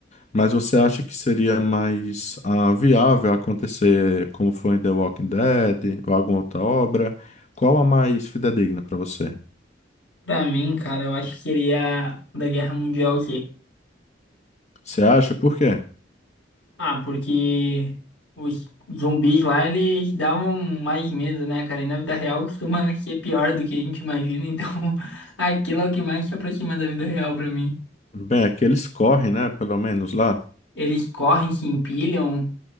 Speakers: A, on the left; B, on the left.
A: mas você acha que seria mais ah, viável acontecer como foi em The Walking Dead ou alguma outra obra? Qual a mais fidedigna para você?
B: Pra mim, cara, eu acho que seria o da Guerra Mundial Z.
A: Você acha por quê?
B: Ah, porque os zumbis lá, eles davam mais medo, né, cara? E na vida real costuma <laughs> ser pior do que a gente imagina, então <laughs> aquilo é o que mais se aproxima da vida real pra mim.
A: Bem, aqueles correm, né? Pelo menos lá.
B: Eles correm, se empilham,